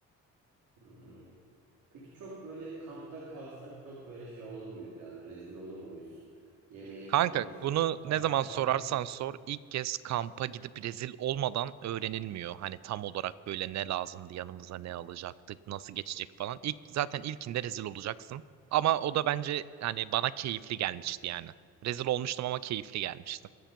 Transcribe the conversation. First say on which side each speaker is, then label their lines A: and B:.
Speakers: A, on the right; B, on the right.
A: Hmm. Peki çok böyle kampta kalsak çok böyle şey olur muyuz yani rezil olur muyuz? Yemeği
B: Kanka
A: falan nasıl?
B: bunu
A: Hiç kampta
B: ne zaman sorarsan
A: kaldın mı?
B: sor ilk kez kampa gidip rezil olmadan öğrenilmiyor. Hani tam olarak böyle ne lazımdı yanımıza ne alacaktık nasıl geçecek falan. İlk zaten ilkinde rezil olacaksın. Ama o da bence hani bana keyifli gelmişti yani. Rezil olmuştum ama keyifli gelmişti.